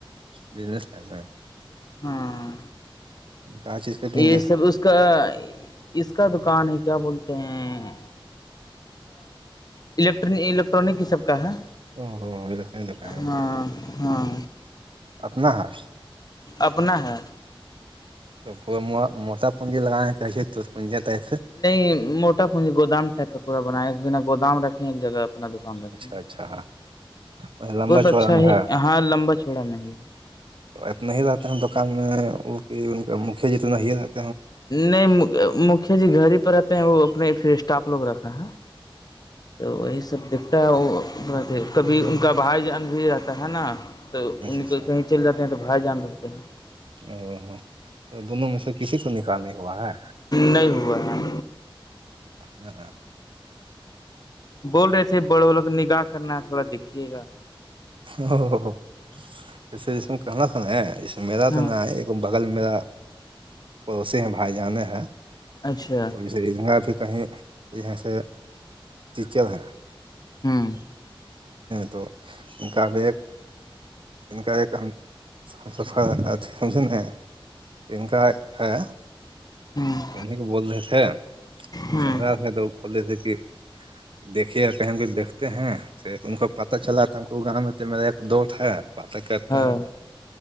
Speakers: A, on the right; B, on the left.
A: بزنس کر رہ
B: ہاں
A: کہاں چیز کا بزنس
B: یہ سب
A: ہے
B: اس کا اس کا دکان ہے کیا بولتے ہیں الیکٹر الیکٹرانک ہی سب کا ہے
A: او تو کیں دکیں
B: ہاں ہاں
A: اپنا ہص
B: اپنا ہے
A: تو وہ موٹا پونجی لگانےیں کہےیے تو پنجی تھر
B: نہیں موٹا پونجی گودام ٹائپ کاہ پورا بنا ایک بنا گودام رکھے ایک جگہ پہ اپنا دکان رکھتے
A: اچھا اچھا لمبا
B: بہت
A: چوڑا
B: اچھا
A: میں
B: ہی
A: ہے
B: ہاں لمبا چھڑا میں ہی
A: تو اتنا ہی رہتے ہیں دکان میں وہ کہ ان کا مکیا جی تونا ہی رہتا
B: نہیں مکھیا جی گھر ہی پ رہتے ہیں وہ اپنے پھر اسٹاف لوگ رکھا ہے تو وہی سب دکھتا ہے وہ کبھی ان کا بھائی جان بھی رہتا ہے نا تو ان
A: اچھا
B: کو کہیں چل جاتے ہیں تو بھائی جان رہتے ہیں
A: او تو دونوں میں سے کسی کو نکاح نہیں ہوا ہے
B: نہیں ہوا ہے
A: ہ ہاں
B: بول رہے تھے بڑوں بوں کو نگاہ کرنا ہے تھوڑا دیکھیے گا
A: ا اس میں کانا کھانا ہے اس میرا
B: ہاں
A: تو ن ہے بغل میرا پڑوس ہیں بھائی جانے ہے
B: اچھا
A: تو جا بھی کہیں یہاں سے ٹیچر ہیں
B: ہوں
A: تو ان کا بی ایک جن کاار ایک کہ ہم صاف سافا اھی ک سے ہیں ان ان کا ہے
B: ہوں
A: انیں کو بول رہے تھے ہم
B: ہ
A: سہر ہیں تو پے سےے کہ دیکھیے کہیں کہ دھتے ہیں پھر ان کا پتا چلا تو گاؤں میں تو میرا ایک دوست ہے پاتیں کرتے
B: ہاں
A: ہیں